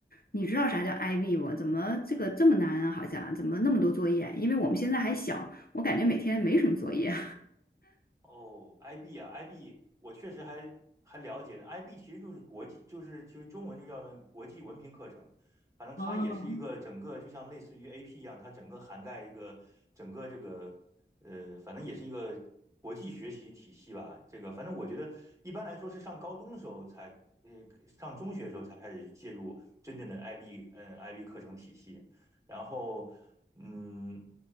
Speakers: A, on the left; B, on the right.
A: 你知道啥叫 IB 不？怎么这个这么难啊？好像怎么那么多作业？因为我们现在还小，我感觉每天没什么作业。<laughs>
B: 哦，IB 啊，IB，我确实还还了解的，IB 其实就是国际，就是其实中文就叫那个国际文凭课程，反正它也是一个整个就像类似于
A: 哦，
B: AP 一样，它整个涵盖一个整个这个呃，反正也是一个国际学习体系吧。这个反正我觉得一般来说是上高中的时候才，呃，上中学的时候才开始介入真正的 IB，嗯，IB 课程体系，然后嗯，